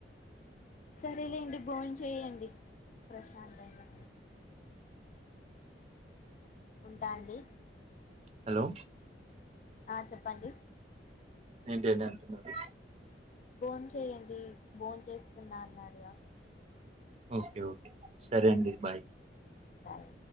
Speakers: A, on the left; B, on the right.
A: సరేలే అండి బోన్ చేయండి ప్రశాంతంగా ఉంటా అండి
B: హలో
A: ఆ చెప్పండి
B: ఏంటండీ అంటున్నారు?
A: బోన్ చెయ్యండి బోన్ చేస్తున్నా అన్నార్ అయ
B: ఓకే ఓకే సరే అండి బాయ్
A: సరే